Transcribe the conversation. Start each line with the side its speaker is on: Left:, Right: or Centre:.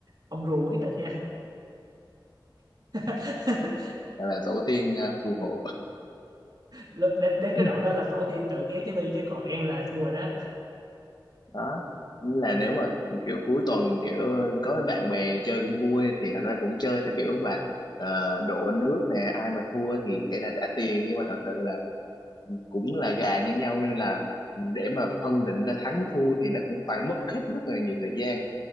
Right: ông rùa quyết định nha <laughs>
Left: Gọi là tổ tiên à, phù hộ
Right: Lúc- đến đến
Left: <laughs>
Right: cái đoạn đó là tổ tiên tự kéo trái bi chứ còn em là thua rồi đó
Left: đó là nếu mà kiểu cuối tuần kiểu có bạn bè chơi cũng vui thì thật ra cũng chơi theo kiểu mà ờ, đổ nước nè ai mà thua thì sẽ là trả tiền nhưng mà thật sự là cũng là gà như nhau nên là để mà phân định ra thắng thua thì nó cũng phải mất hết rất là nhiều thời gian